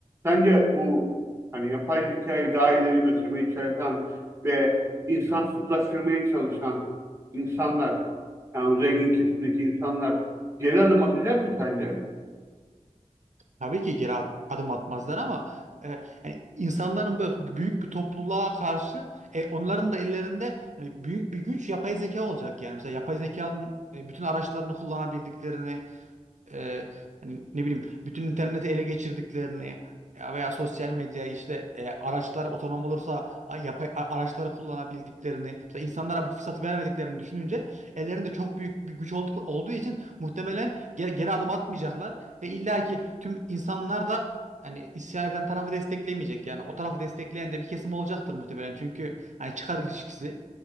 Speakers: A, on the right; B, on the right.
A: sence bu hani yapay zekayı daha ileri götürmeye çalışan ve insansızlaştırmaya çalışan insanlar yani o zengin kesimdeki insanlar geri adım atacak mı sence?
B: Tabii ki geri ad- adım atmazlar ama e, yani insanların böyle büyük bir topluluğa karşı e, onların da ellerinde hani büyük bir güç yapay zeka olacak yani. Mesela yapay zekanın e, bütün araçlarını kullanabildiklerini e, hani ne bileyim bütün interneti ele geçirdiklerini ya veya sosyal medya işte e, araçlar otonom olursa a- yapay a- araçları kullanabildiklerini mesela insanlara bu fırsatı vermediklerini düşününce ellerinde çok büyük bir güç olduk- olduğu için muhtemelen geri, geri adım atmayacaklar ve illaki tüm insanlar da hani isyan eden tarafı desteklemeyecek yani o tarafı destekleyen de bir kesim olacaktır muhtemelen çünkü hani çıkar ilişkisi